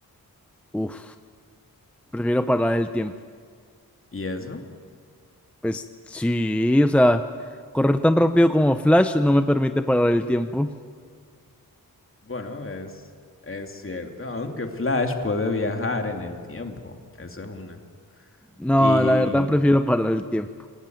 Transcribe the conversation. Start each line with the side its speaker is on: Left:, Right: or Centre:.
Centre: Uf, prefiero parar el tiempo.
Left: ¿Y eso?
Centre: Pues sí, o sea, correr tan rápido como Flash no me permite parar el tiempo.
Left: Bueno, es, es cierto, aunque Flash puede viajar en el tiempo, eso es una.
Centre: No,
Left: Y
Centre: la verdad prefiero parar el tiempo.